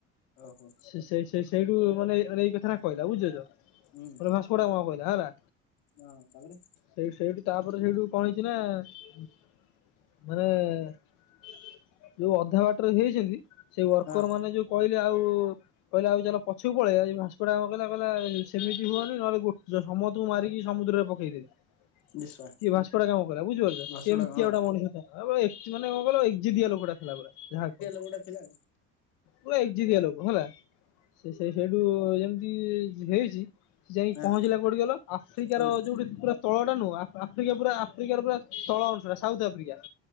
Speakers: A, on the left; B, on the left.
A: ଓହୋ,
B: ସେ-ସେ-ସେ ସେଇଠୁ ମାନେ ଏଇ-ଏଇ କଥାଟା କହିଲା ବୁଝୁଛ?
A: ହୁଁ,
B: <unintelligible> କଁ କହିଲ ହେଲା,
A: ହଁ ତାପରେ?
B: ସେଇଠୁ-ସେଇଠୁ ତାପରେ ସେଇଠୁ କଣ ହେଇଛି ନା, ମାନେ ଯୋଉ ଅଧା ବାଟରେ ହେଇଛନ୍ତି ସେଇ ୱର୍କର
A: ହଁ
B: ମାନେ, ଯୋଉ କହିଲେ ଆଉ, କହିଲେ ଆଉ ଚାଲ ପଛକୁ ପଳେ ଏଇ ଭାସୁଡା କହିଲା-କହିଲା ସେମି ହୁଅନି ନହେଲେ ଗୋ ଜଷ୍ଟ୍, ସମତକୁ ମାରିକି ସମୁଦ୍ରରେ ପକେଇଦେବି,
A: ବିଶ୍ଵା
B: କି ବାସ୍କଟାଗ୍ରାମ କର ବୁଝିପାରୁଛ ସେମିତିଆଟେ
A: ଘସଡା ହଁ
B: ମଣିଷ, <unintelligible> ଏତିକ ମାନ କଁ କହିଲ ଏଯିଦିଆ ଲୋକଟା ଥିଲା ପରା ଯାହା କଣ,
A: କୋଉଟା ଥିଲା?
B: ପୁରା ଏଯିରିଆ ଲୋକ ହେଲା ସେ-ସେ ସେଇଠୁ ଯେମିତି ହେଇଛି, ସେ ଯାଇକି
A: ହଁ
B: ପହଞ୍ଚିଲା କୋଉଠି ଗଲ ଆଫ୍ରିକାର
A: କୋଉଠି
B: ଯୋଉଠି ପୁରା, ତଳ ଟା ନୁହଁ ଅଫ୍ ଆଫ୍ରିକା ପୁରା ଆଫ୍ରିକାର ପୁରା ତଳଟା ସାଉଥ୍ ଆଫ୍ରିକା,